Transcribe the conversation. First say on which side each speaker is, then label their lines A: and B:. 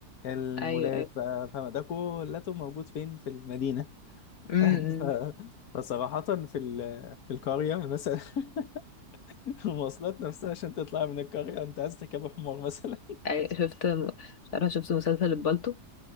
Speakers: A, on the left (about 65°); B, on the left (about 50°).
A: المولات
B: ايوه ايوه
A: بقى فاهمه ده كله موجود فين في المدينه
B: امم
A: <laughs>
B: امم.
A: ف- فصراحه في ال- في القريه مثلا <laughs> المواصلات نفسها عشان تطلع من القريه انت عايز تركب حمار مثلا
B: ايوه شفت م- مش عارفه شفت مسلسل البالتو